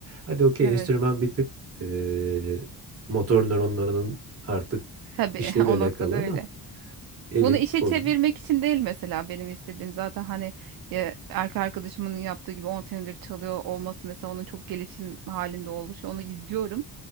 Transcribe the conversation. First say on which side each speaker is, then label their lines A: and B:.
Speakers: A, on the right; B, on the right.
A: Hadi okey
B: evet
A: enstrüman bir tık eee, motor nöronlarının artık
B: tabii
A: işlevle
B: <laughs> o
A: alakalı
B: noktada
A: ama
B: öyle.
A: elin
B: Bunu işe
A: kolun.
B: çevirmek için değil mesela benim istediğim zaten hani ya, erkek arkadaşımın yaptığı gibi 10 senedir çalıyor olması mesela onun çok gelişim halinde oluşu onu izliyorum.